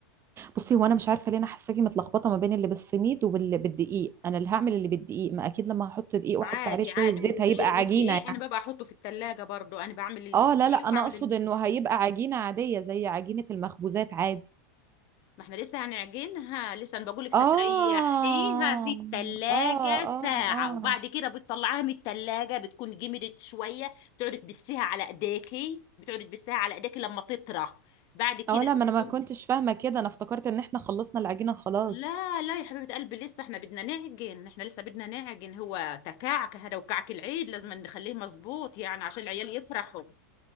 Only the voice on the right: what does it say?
بصي هو انا مش عارفه ليه انا حاساكي متلخبطه ما بين اللي بالسميد واللي بالدقيق انا اللي هعمل اللي بالدقيق ما اكيد لما هحط دقيق واحط
عليه شويه
زيت
هيبقى
عجينه يعني
اه
لا لا انا
اقصد
انه هيبقى عجينه عاديه زي عجينه المخبوزات عادي
اه
اه
اه اه
اه لا ما
انا ما كنتش فاهمه كده انا افتكرت ان احنا خلصنا العجينه خلاص